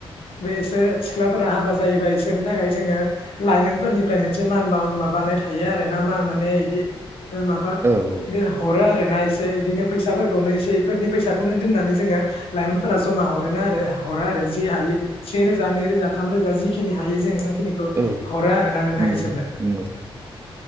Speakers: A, on the left (about 70°); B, on the right (about 25°).
A: बेसोर सिख्लाफोरा हाबा जायोबा बिसोरनि थाखाय जोङो लाइमोनफोरनिफ्राय मोनसे मान बा मान माबानाय थायो आरोना मा माने बिदि माबा
B: औ औ
A: हरो आरोना इसे बिदिनो फैसाफोरखौनो इसेफोरनि फैसाखौनो दोननानै जोङो लाइमोनफोरा जमा हरो आरो हरो आरो जि हायो सेेरोजा नै रोजा थाम रोजा जिखिनि हायो जों एसे खिनिखौ
B: औ
A: हरो आरो ना नोंथां
B: नंगौ
A: इसोरनो
B: नंगौ